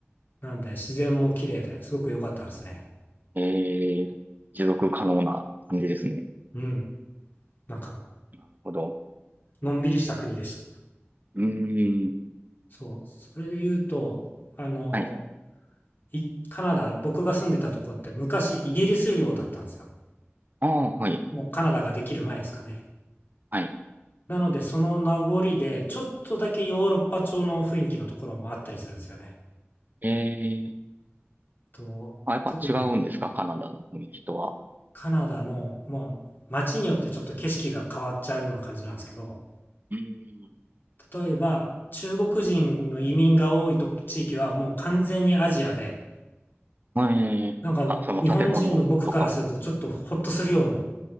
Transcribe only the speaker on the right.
ええ持続可能な感じですね。
なるほど。
うーん。
はい。
ああ、はい。
はい。
ええ
あ、やっぱ違うんですか、
カナダの雰囲気とは。
うーん。
ええあ、
その建物とかも。